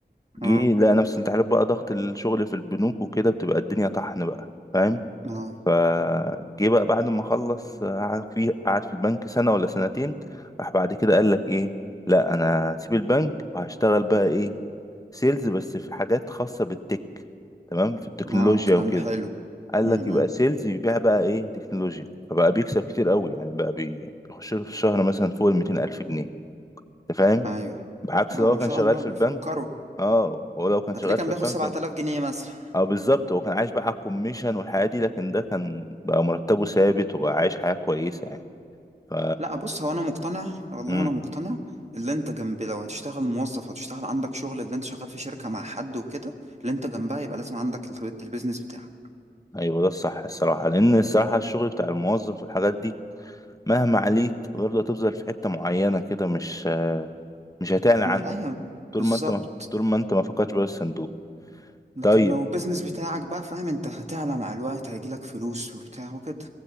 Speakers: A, on the left; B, on the right.
A: جه
B: اه
A: لقى نفسه انت عارف بقى ضغط الشغل في البنوك وكده بتبقى الدنيا طحن بقى فاهم
B: اه
A: فجه بقى بعد ما خلص آه، قعد في قعد في البنك سنة ولا سنتين راح بعد كده قال لك ايه لا انا هسيب البنك وهشتغل بقى ايه سيلز بس في حاجات خاصة بالتك تمام في التكنولوجيا
B: اه الكلام
A: وكده
B: ده حلو
A: قال
B: امم
A: لك يبقى سيلز يبيع بقى ايه تكنولوجيا فبقى بيكسب كتير قوي يعني بقى بي- بيخش له في الشهر مثلا فوق ال 200 ألف جنيه. انت فاهم
B: ايوه
A: بعكس
B: اه
A: لو هو
B: ما
A: كان
B: شاء
A: شغال
B: الله
A: في
B: بيفكروا
A: البنك اه هو لو كان
B: هتلاقيه
A: شغال
B: كان
A: في
B: بياخد
A: البنك
B: 7000 جنيه مثلا
A: اه بالظبط هو كان عايش بقى على الكوميشن والحياة دي لكن ده كان بقى مرتبه ثابت وبقى عايش حياة كويسة يعني ف
B: لا بص هو انا مقتنع والله
A: امم
B: انا مقتنع اللي انت جنب لو هتشتغل موظف وتشتغل عندك شغل اللي انت شغال في شركة مع حد وكده اللي انت جنبها يبقى لازم عندك ال- البيزنس بتاعك
A: ايوه ده الصح الصراحة لان الصراحة الشغل بتاع الموظف والحاجات دي مهما عليت برضه هتفضل في حتة معينة كده مش مش هتعلى
B: م-
A: عنها
B: ايوه
A: طول
B: بالظبط
A: ما انت ما طول ما انت ما فكرتش بره الصندوق
B: لكن
A: طيب
B: لو البيزنس بتاعك بقى فاهم انت هتعلى مع الوقت هيجيلك فلوس وبتاع وكده